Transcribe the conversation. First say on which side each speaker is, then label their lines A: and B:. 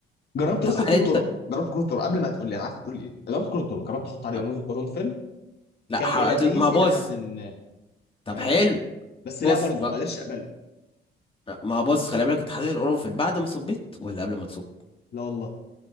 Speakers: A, on the left (about 55°); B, on the left (about 25°).
A: جربت يا
B: طب
A: اسطى
B: هل
A: بكل
B: انت
A: الطرق جربت كل الطرق قبل ما تقول لي انا عارف تقول لي ايه جربت كل الطرق جربت احط عليه
B: طب
A: قرن- قرنفل
B: لا
A: كان
B: ح...
A: لذيذ
B: هت- ما بص
A: الى حد ما
B: طب
A: آه.
B: حلو
A: بس
B: بص
A: لا برضه
B: ما
A: ما قدرتش اقبله
B: ما بص خلي بالك انت حطيت القرنفل بعد ما صبيت ولا قبل ما تصب
A: لا والله